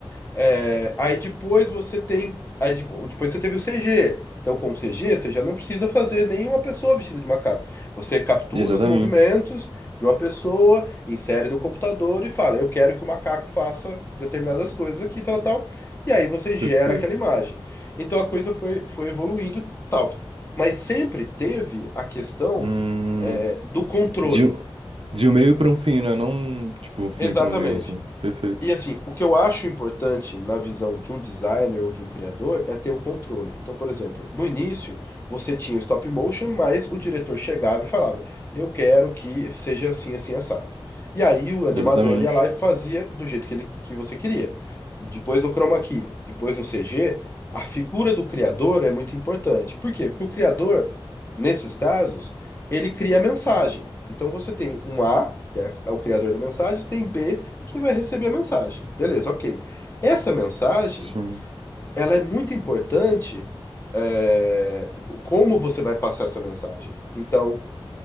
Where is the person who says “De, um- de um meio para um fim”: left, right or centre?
Right